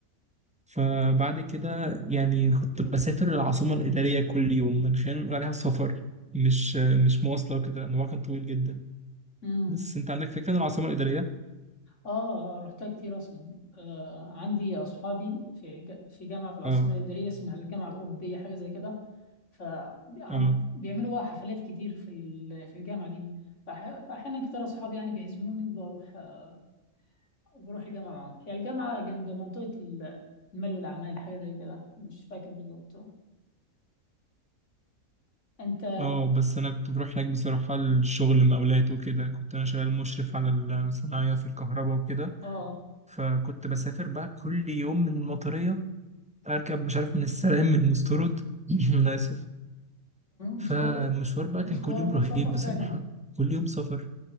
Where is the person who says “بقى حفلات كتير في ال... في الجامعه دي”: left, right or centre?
Left